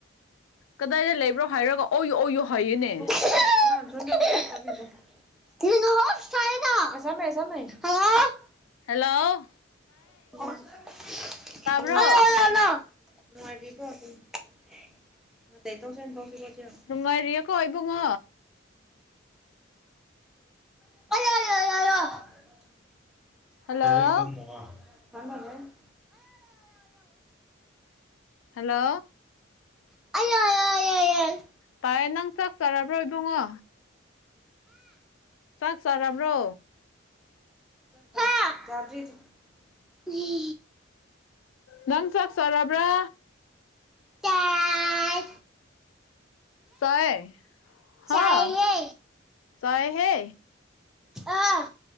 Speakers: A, on the left; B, in the centre.
A: ꯀꯗꯥꯏꯗ ꯂꯩꯕ꯭ꯔꯣ ꯍꯥꯏꯔꯒ ꯑꯣꯏ ꯑꯣꯏꯌꯨ ꯍꯥꯏꯌꯦꯅꯦ
B: <unintelligible> <unintelligible> ꯍꯂꯣ
A: ꯍꯂꯣ
B: <unintelligible>
A: ꯇꯥꯕ꯭ꯔꯣ
B: ꯅꯨꯉꯥꯏꯔꯤꯕꯣ <unintelligible>
A: ꯅꯨꯡꯉꯥꯏꯔꯤꯌꯦꯀꯣ ꯏꯕꯨꯡꯉꯣ
B: <unintelligible>
A: ꯍꯜꯂꯣ ꯍꯂꯣ
B: <unintelligible>
A: ꯄꯥꯏꯌꯦ ꯅꯪ ꯆꯥꯛ ꯆꯔꯥꯕ꯭ꯔꯣ ꯏꯕꯨꯡꯉꯣ ꯆꯥꯛ ꯆꯔꯥꯕꯔꯣ
B: <unintelligible> ꯆꯥꯗꯔꯤ ꯖꯤ
A: ꯅꯪ ꯆꯥꯛ ꯆꯔꯕ꯭ꯔꯥ
B: ꯆꯥꯏ
A: ꯆꯥꯏ ꯍꯥ
B: ꯆꯥꯏꯌꯦ
A: ꯆꯥꯏꯍꯦ
B: ꯑꯥ